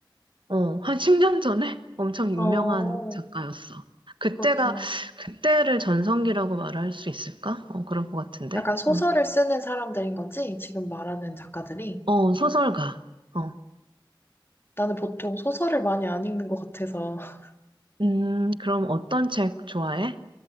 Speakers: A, on the right (about 75°); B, on the left (about 25°).
A: 어, 한 10년 전에 <laughs> 엄청
B: 어,
A: 유명한 작가였어. 그때가
B: 그렇구나.
A: 그때를 전성기라고 말할 수 있을까? 어, 그럴 것 같은데.
B: 약간 소설을
A: 어,
B: 쓰는 사람들인 거지? 지금 말하는 작가들이?
A: 어, 소설가. 어.
B: 나는 보통 소설을 많이 안 읽는 것 같아서 <laughs>
A: 음, 그럼 어떤 책 좋아해?